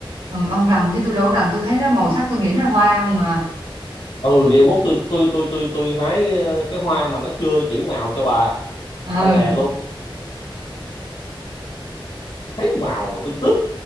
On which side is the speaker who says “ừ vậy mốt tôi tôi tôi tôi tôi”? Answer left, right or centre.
Left